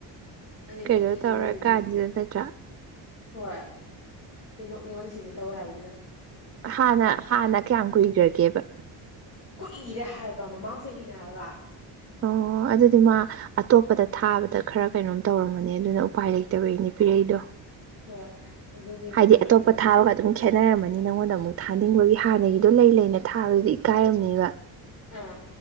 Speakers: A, on the left; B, on the right.
A: ꯑꯩ
B: ꯀꯩꯅꯣ
A: ꯅꯣꯛꯅꯤꯡꯕꯁꯤꯗꯤ
B: ꯇꯧꯔ ꯀꯟꯖꯤꯗ ꯅꯠꯇ꯭ꯔꯥ
A: ꯍꯣꯏ ꯑꯩ ꯅꯣꯛꯅꯤꯡꯕꯅ ꯁꯤꯒꯦ ꯇꯧꯋꯦ ꯍꯥꯏꯕꯅꯤꯗ
B: ꯍꯥꯟꯅ ꯍꯥꯟꯅ ꯀꯌꯥꯝ ꯀꯨꯏꯈ꯭ꯔꯒꯦꯕ
A: ꯀꯣꯛꯏꯔꯦ ꯍꯥꯏꯕ ꯃꯃꯥꯡ ꯆꯍꯤꯅꯦ ꯍꯥꯏꯕ
B: ꯑꯣ ꯑꯗꯨꯗꯤ ꯃꯥ ꯑꯇꯣꯞꯄꯗ ꯊꯥꯕꯗ ꯈꯔ ꯀꯩꯅꯣꯝ ꯇꯧꯔꯝꯕꯅꯤ ꯑꯗꯨꯅ ꯎꯄꯥꯏ ꯂꯩꯇꯕꯩꯅꯦ ꯄꯤꯔꯛꯏꯗꯣ
A: ꯍꯣꯏ ꯑꯗꯨꯒꯤꯅꯦ
B: ꯍꯥꯏꯗꯤ
A: ꯈꯪꯕ꯭ꯔꯥ
B: ꯑꯇꯣꯞꯄ
A: ꯑꯗꯨꯃꯥꯏꯅ
B: ꯊꯥꯕꯒ ꯑꯗꯨꯝ ꯈꯦꯠꯅꯔꯝꯃꯅꯤ ꯅꯪꯉꯣꯟꯗ ꯑꯃꯨꯛ ꯊꯥꯅꯤꯡꯕꯒꯤ ꯍꯥꯟꯅꯒꯤꯗꯣ ꯂꯩ ꯂꯩꯅ ꯊꯥꯕꯗꯨꯗꯤ ꯏꯀꯥꯏꯔꯝꯅꯦꯕ
A: ꯑ